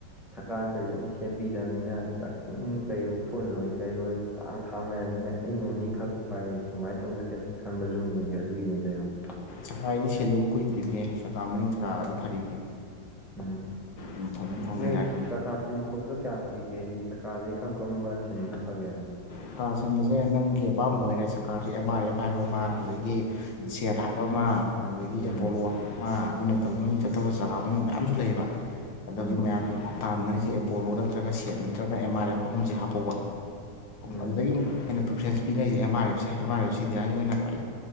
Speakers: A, in the centre; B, on the left.
A: ꯁꯔꯀꯥꯔꯅ ꯇꯧꯔꯤꯖꯦ ꯑꯝ ꯁꯦꯝꯕꯤꯗꯕꯅꯤꯅ ꯖꯛꯀꯤꯡ ꯀꯩ ꯐꯨꯜꯂꯣꯏ ꯀꯩꯑꯣꯏ ꯇꯥꯡ ꯊꯥꯡ ꯂꯩꯔꯕꯃꯤꯅ ꯑꯩ ꯅꯣꯝꯃꯤꯈꯛ ꯎꯄꯥꯏꯌꯦ ꯑꯗꯨꯃꯥꯏꯅ ꯇꯧ ꯆꯠꯀꯦ ꯈꯟꯕ ꯖꯨꯝꯗꯒꯤ ꯑꯗꯨꯒꯤꯅꯤꯗ ꯏꯌꯥꯝꯕ
B: ꯆꯀꯥꯏꯗꯤ ꯁꯦꯂꯨꯕ ꯀꯨꯏꯗ꯭ꯔꯤꯕꯅꯦ ꯆꯀꯥ ꯃꯔꯤꯡ ꯆꯀꯥ ꯑꯗꯨ ꯐꯔꯤꯕꯅꯦ
A: ꯎꯝ
B: ꯑꯗꯨꯝ ꯐꯖꯅ ꯊꯧꯅ
A: ꯅ
B: ꯌꯥꯔꯤ
A: ꯆꯀꯥꯁ ꯁꯤꯟꯕ ꯈꯣꯠꯄꯗꯣ ꯀꯌꯥꯝꯨ ꯄꯤꯒꯦ ꯍꯥꯏꯗꯤ ꯆꯀꯥꯁꯦ ꯀꯔꯝ ꯀꯔꯝꯕ ꯁꯤꯟꯕꯅ ꯐꯒꯦꯛ
B: ꯁꯔꯀꯥꯔ ꯁꯤꯟꯕꯁꯦ ꯅꯪꯒꯤ ꯑꯄꯥꯝꯕ ꯑꯣꯏꯔꯦ ꯁꯔꯀꯥꯔꯁꯤꯦ ꯑꯦꯝ ꯑꯥꯔ ꯑꯦꯐ ꯍꯥꯏꯕ ꯑꯃ ꯑꯗꯨꯗꯒꯤ
A: ꯎꯝ
B: ꯁꯦꯠ ꯍꯥꯏꯕ ꯑꯃ ꯑꯗꯒꯤ
A: ꯎꯝ
B: ꯑꯦꯄꯣꯂꯣ ꯍꯥꯏꯕ ꯑꯃ ꯑꯗꯨ ꯅꯠꯇꯕ ꯃꯃꯤꯡ ꯆꯠꯇꯕ ꯆꯥꯒꯥ ꯃꯃꯤ ꯃꯌꯥꯝꯁꯨ ꯂꯩꯕ ꯀꯗ
A: ꯎꯝ
B: ꯍꯧꯖꯤꯛ ꯃꯌꯥꯝ ꯇꯥꯝꯅꯔꯤꯁꯦ ꯑꯦꯄꯣꯂꯣ ꯅꯠꯇ꯭ꯔꯒ ꯁꯦꯠ ꯅꯠꯇ꯭ꯔꯒ ꯑꯦꯝ ꯑꯥꯔ ꯑꯦꯐ ꯑꯍꯨꯝꯁꯦ ꯍꯥꯞꯐꯧꯕ
A: ꯎꯝ
B: ꯑꯗꯨꯗꯒꯤ ꯑꯃꯨꯛ ꯑꯩꯅ ꯄ꯭ꯔꯤꯐ꯭ꯔꯦꯟꯁ ꯄꯤꯅꯔꯤꯁꯦ ꯑꯦꯝ ꯑꯥꯔ ꯑꯦꯐꯁꯦ ꯑꯦꯝ ꯑꯥꯔ ꯑꯦꯐꯁꯦ ꯏꯟꯗꯤꯌꯥꯒꯤ ꯑꯣꯏꯅ ꯈ꯭ꯋꯥꯏ